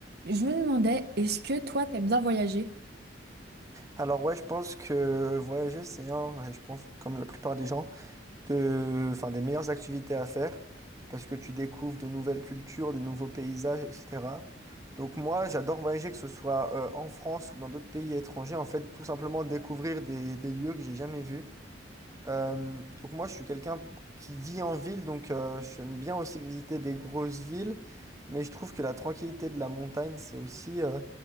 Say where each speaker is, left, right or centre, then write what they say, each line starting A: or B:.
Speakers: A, on the right (about 55°); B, on the right (about 15°).
A: Je me demandais, est-ce que toi, t'aimes bien voyager?
B: Alors ouais, je pense que voyager, c'est un, je pense, comme la plupart des gens, de, enfin, des meilleures activités à faire, parce que tu découvres de nouvelles cultures, des nouveaux paysages, etc. Donc moi, j'adore voyager, que ce soit euh, en France ou dans d'autres pays étrangers, en fait, tout simplement découvrir des, des lieux que j'ai jamais vus. Euh, donc moi, je suis quelqu'un qui vit en ville, donc euh, j'aime bien aussi visiter des grosses villes, mais je trouve que la tranquillité de la montagne, c'est aussi euh,